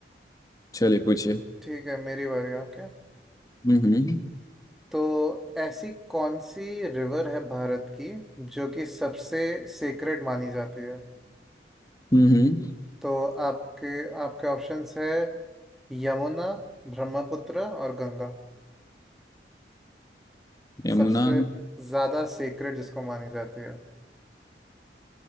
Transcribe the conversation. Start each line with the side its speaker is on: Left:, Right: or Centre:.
Left: चलिए पूछिए
Centre: ठीक है मेरी बारी ओके
Left: हम्म हम्म
Centre: तो ऐसी कौन सी रिवर है भारत की जो कि सबसे सेक्रेड मानी जाती है
Left: हम्म, हम्म,
Centre: तो आपके आपके ऑप्शंस है यमुना ब्रह्मपुत्र और गंगा
Left: यमुना
Centre: सबसे ज्यादा सेक्रेड जिसको मानी जाती है